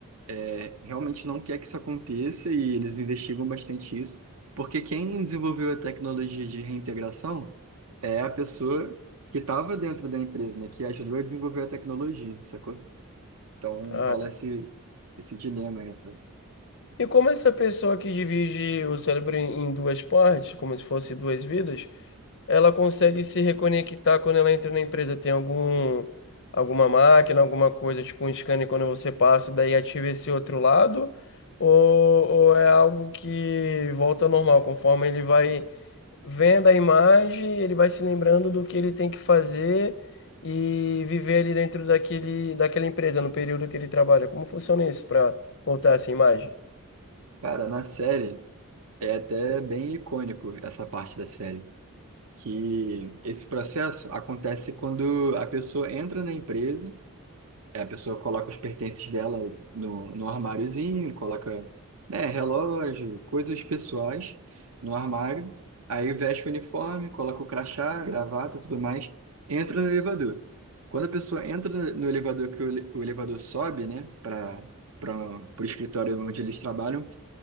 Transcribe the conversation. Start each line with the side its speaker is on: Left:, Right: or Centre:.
Right: é, realmente não quer que isso aconteça e eles investigam bastante isso, porque quem desenvolveu a tecnologia de reintegração é a pessoa que estava dentro da empresa, né, que ajudou a desenvolver a tecnologia, sacou? Então
Left: Ah,
Right: rola esse, esse dilema, essa.
Left: E como essa pessoa que divide o cérebro em em duas partes, como se fosse duas vidas, ela consegue se reconectar quando ela entra na empresa? Tem algum, alguma máquina, alguma coisa, tipo um scanner quando você passa, daí ativa esse outro lado? Ou, ou é algo que volta ao normal, conforme ele vai vendo a imagem, ele vai se lembrando do que ele tem que fazer e viver ali dentro daquele, daquela empresa, no período que ele trabalha? Como funciona isso para voltar essa imagem?
Right: Cara, na série é até bem icônico essa parte da série, que esse processo acontece quando a pessoa entra na empresa É, a pessoa coloca os pertences dela no, no armáriozinho, coloca, né, relógio, coisas pessoais no armário, aí veste o uniforme, coloca o crachá, gravata, tudo mais, entra no elevador. Quando a pessoa entra no no elevador, que o, ele- o elevador sobe, né, para para o escritório onde eles trabalham,